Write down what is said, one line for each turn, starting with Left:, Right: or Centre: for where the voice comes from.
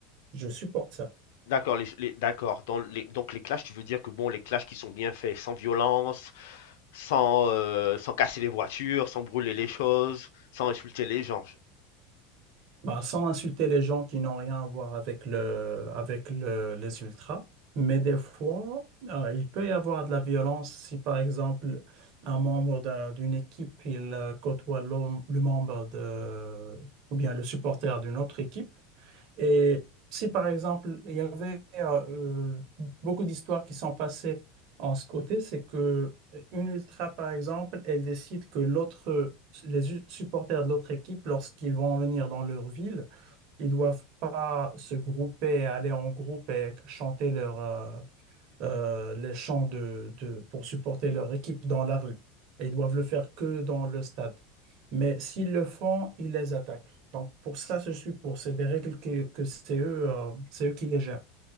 Right: je supporte ça.
Left: d'accord, les, les- d'accord. Dans les, donc les clashs, tu veux dire que bon, les clashs qui sont bien faits, sans violence, sans, euh, sans casser les voitures, sans brûler les choses, sans insulter les gens.
Right: Bah, sans insulter les gens qui n'ont rien à voir avec le, avec le- les ultras. Mais des fois, euh, il peut y avoir de la violence si, par exemple, un membre d'un- d'une équipe, il euh, côtoie l'homme- le membre de, ou bien le supporter d'une autre équipe. Et si, par exemple, il y avait euh, beaucoup d'histoires qui sont passées en ce côté, c'est que une ultra, par exemple, elle décide que l'autre, les u- supporters de l'autre équipe, lorsqu'ils vont venir dans leur ville, ils doivent pas se grouper, aller en groupe et chanter leur, euh, euh, les champs de, de- pour supporter leur équipe dans la rue. Et ils doivent le faire que dans le stade. Mais s'ils le font, ils les attaquent. Donc pour ça, je suis pour. C'est des règles que, que c'est eux, euh, c'est eux qui les gèrent.